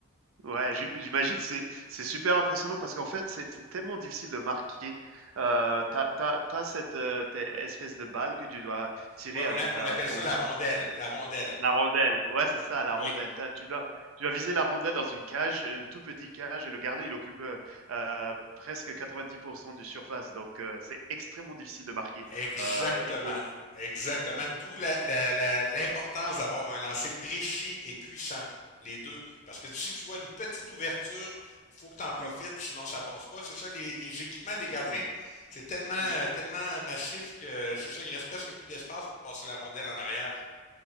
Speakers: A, on the right (about 70°); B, on the left (about 35°).
A: Ouais, j'im j'imagine, c'est c'est super impressionnant parce qu'en fait, c'est c'est tellement difficile de marquer. Heu, t'as t'as tu cette, heu, tu espèce de balle que tu dois tirer
B: Ouais, on,
A: avec
B: a-
A: ta
B: on appelle
A: ton
B: ça la rondelle. La rondelle.
A: la rondelle. Ouais, c'est ça, la
B: Oui,
A: rondelle. t'as tu dois tu dois viser la rondelle dans une cage, une tout petit cage et le gardien, il occupe, heu heu, presque 90 du surface donc heu, c'est extrêmement difficile de marquer.
B: exactement.
A: Heu, il faut
B: Exactement.
A: mmh,
B: D'où la- la- la- l'importance d'avoir un lancer précis et puissant, les deux. Parce que si tu vois une petite ouverture, il faut que tu en profites,
A: mmh,
B: sinon ça passe pas. C'est ça, les, les équipements des gardiens,
A: mmh, mmh,
B: c'est tellement, euh,
A: mmh.
B: tellement massif que c'est ça, il reste presque plus d'espace pour passer la rondelle en arrière.